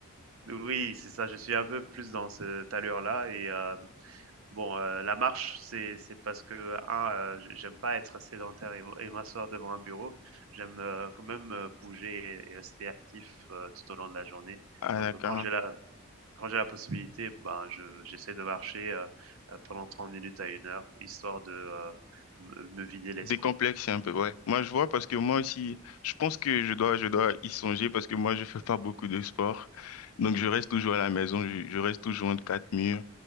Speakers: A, on the right (about 65°); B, on the left (about 75°).
A: Oui, c'est ça, je suis un peu plus dans cette allure-là et hem Bon, heu, la marche, c'est c'est parce que un, heu, j j'aime pas être sédentaire et m et m'asseoir devant un bureau. J'aime, heu, quand même, heu, bouger et et rester actif, heu, tout au long de la journée.
B: Ah
A: Donc,
B: d'accord.
A: heu, quand j'ai la quand j'ai la possibilité, ben, je j'essaie de marcher, heu heu, pendant 30 minutes à une heure, histoire de, heu, me me vider l'esprit.
B: Décomplexé un peu, ouais. Moi, je vois parce que moi aussi, je pense que je dois, je dois y songer parce que moi, je fais pas beaucoup de sport. Donc, je reste toujours à la maison, je, je reste toujours entre quatre murs.